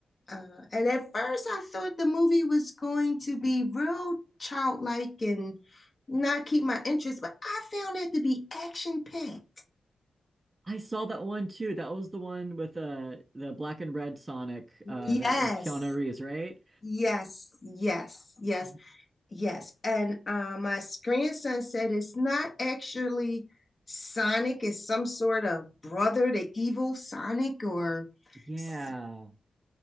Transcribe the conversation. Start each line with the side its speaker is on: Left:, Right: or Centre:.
Left: Uh, and at first, I thought the movie was going to be real childlike and not keep my interest, but I found it to be action packed.
Right: I saw that one too. That was the one with uh the black and red Sonic uh
Left: Yes,
Right: that is Keanu Reeves, right?
Left: yes, yes, yes,
Right: Oh,
Left: yes. And uh, my grandson said it's not actually Sonic, it's some sort of brother to evil Sonic or.
Right: yeah.
Left: s-